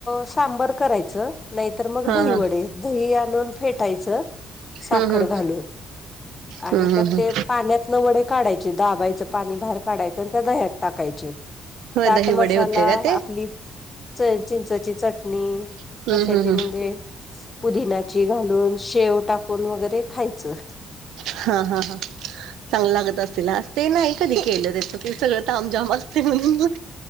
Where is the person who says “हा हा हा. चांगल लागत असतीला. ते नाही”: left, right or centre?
Right